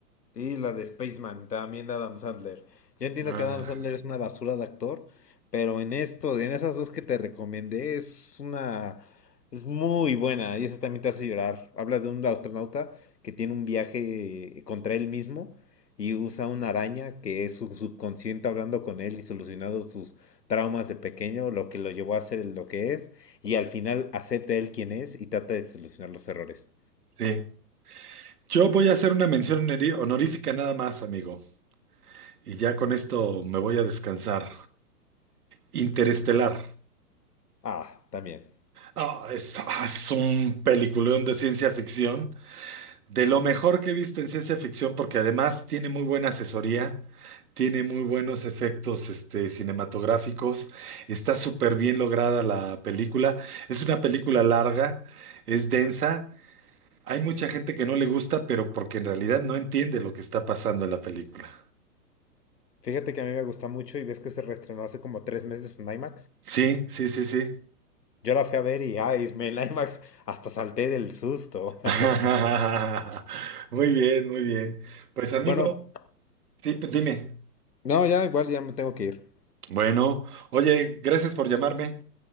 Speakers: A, on the left; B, on the right.
A: Y la de Spaceman, también de Adam Sandler. Yo entiendo
B: Ah,
A: que Adam Sandler es una basura de actor, pero en esto, en esas dos que te recomendé, es una, es muy buena y esa también te hace llorar. Habla de un astronauta que tiene un viaje eh, contra él mismo y usa una araña que es su subconsciente hablando con él y solucionando sus traumas de pequeño, lo que lo llevó a ser lo que es, y al final acepta él quien es y trata de solucionar los errores.
B: Sí. Yo voy a hacer una mención honori- honorífica nada más, amigo. Y ya con esto me voy a descansar. Interestelar.
A: Ah, también.
B: Ah, es, ah, es un peliculón de ciencia ficción, de lo mejor que he visto en ciencia ficción, porque además tiene muy buena asesoría, tiene muy buenos efectos este, cinematográficos, está súper bien lograda la película. Es una película larga, es densa. Hay mucha gente que no le gusta, pero porque en realidad no entiende lo que está pasando en la película.
A: Fíjate que a mí me gusta mucho y ves que se reestrenó hace como tres meses en IMAX.
B: Sí, sí, sí, sí.
A: Yo la fui a ver y, ay, me en IMAX hasta salté del susto.
B: <laughs>
A: <laughs>
B: Muy bien, muy bien. Pues amigo,
A: Bueno,
B: di- dime.
A: no, ya igual ya me tengo que ir.
B: Bueno, oye, gracias por llamarme.